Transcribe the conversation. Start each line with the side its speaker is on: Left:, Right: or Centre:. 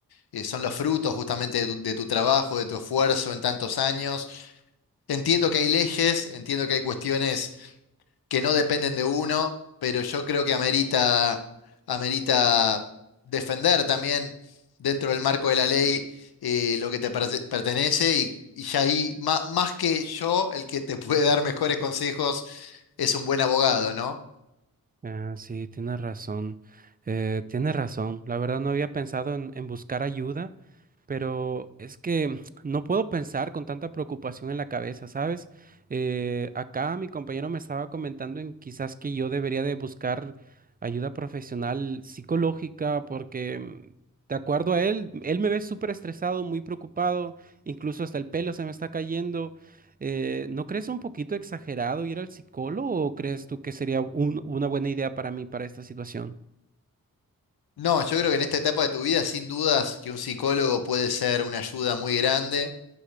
Left: eh, son los frutos justamente de tu, de tu trabajo, de tu esfuerzo en tantos años. Entiendo que hay leyes, entiendo que hay cuestiones que no dependen de uno, pero yo creo que amerita, amerita defender también dentro del marco de la ley eh, lo que te perte- pertenece y, y ya ahí, ma- más, que yo, el que te <laughs> puede dar mejores consejos es un buen abogado, ¿no?
Right: Ah, sí, tienes razón. Eh, tienes razón. La verdad no había pensado en, en buscar ayuda, pero es que <sniffs> <tsk> no puedo pensar con tanta preocupación en la cabeza, ¿sabes? Eh, acá mi compañero me estaba comentando en quizás que yo debería de buscar ayuda profesional psicológica porque, mm, de acuerdo a él, él me ve súper estresado, muy preocupado, incluso hasta el pelo se me está cayendo. Eh, ¿no crees un poquito exagerado ir al psicólogo o crees tú que sería un- una buena idea para mí para esta situación?
Left: No, yo creo que en esta etapa de tu vida, sin dudas, que un psicólogo puede ser una ayuda muy grande.